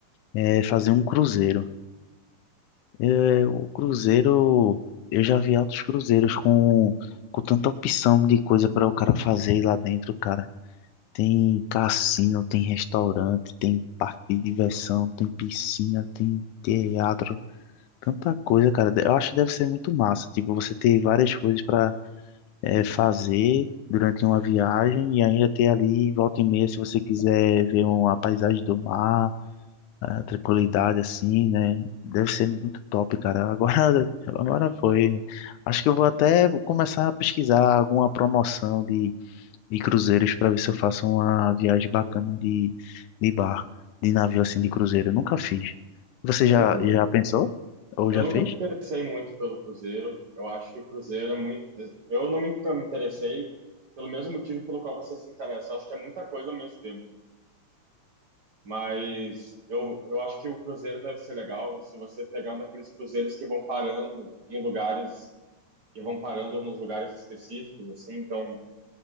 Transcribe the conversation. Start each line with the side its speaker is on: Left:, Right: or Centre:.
Left: é fazer um cruzeiro. É, o cruzeiro, eu já vi altos cruzeiros com, com tanta opção de coisa para o cara fazer lá dentro, cara. Tem cassino, tem restaurante, tem parque de diversão, tem piscina, tem teatro. Tanta coisa, cara. Eu acho que deve ser muito massa. Tipo, você ter várias coisas para fazer durante uma viagem e ainda ter ali, volta e meia, se você quiser ver uma paisagem do mar, a tranquilidade assim, né? Deve ser muito top, cara. Agora, <laughs> agora foi. Acho que eu vou até começar a pesquisar alguma promoção de, de cruzeiros para ver se eu faço uma viagem bacana de, de bar, de navio assim, de cruzeiro. Eu nunca fiz. Você
Right: Eu
Left: já,
Right: nunca me,
Left: já pensou? Ou
Right: eu
Left: já
Right: nunca
Left: fez?
Right: me interessei muito pelo cruzeiro. Eu acho que o cruzeiro é muito. Eu não me, nunca me interessei pelo mesmo motivo pelo qual você se interessa. Eu acho que é muita coisa ao mesmo tempo. Mas eu, eu acho que o cruzeiro deve ser legal se você pegar um daqueles cruzeiros que vão parando em lugares, que vão parando nos lugares específicos, assim. Então,